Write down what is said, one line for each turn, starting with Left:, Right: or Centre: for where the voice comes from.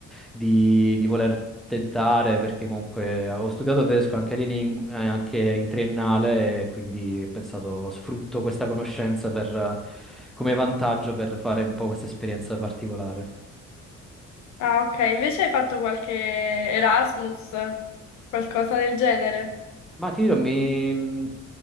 Centre: di, di voler tentare, perché comunque avevo studiato tedesco anche, lì ling- eh, anche in triennale, e quindi ho pensato sfrutto questa conoscenza per, eh, come vantaggio per fare un po' questa esperienza particolare.
Left: ah, ok, invece hai fatto qualche Erasmus, qualcosa del genere?
Centre: Ma ti dirò, mi... mi